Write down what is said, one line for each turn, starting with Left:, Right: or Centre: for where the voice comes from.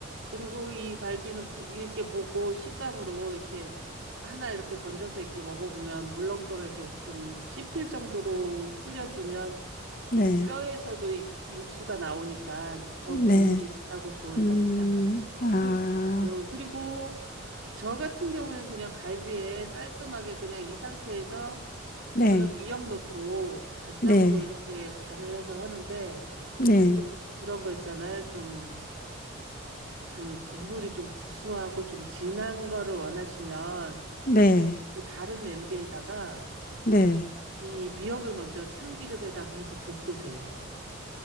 Right: 그리고 이 갈비는 부- 이렇게 보고 식감으로 이렇게 하나 이렇게 건져서 이렇게 먹어보면 물렁뼈가 이렇게 좀 씹힐 정도로 끓여지면
Left: 네,
Right: 이 뼈에서도 이 그 육수가 나오니까 더
Left: 네,
Right: 국물이 진하고 좋을
Left: 음,
Right: 겁니다.
Left: 아,
Right: 그리고, 어, 그리고 저 같은 경우에는 그냥 갈비에 깔끔하게 그냥 이 상태에서
Left: 네,
Right: 저는 미역 넣고 간장으로
Left: 네,
Right: 이렇게 간을 해서 하는데
Left: 네,
Right: 좀 그런 거 있잖아요. 좀 그 국물이 좀 구수하고 좀 진한 거를 원하시면
Left: 네,
Right: 그 다른 냄비에다가
Left: 네.
Right: 이 미역을 먼저 참기름에다가 해서 볶으세요.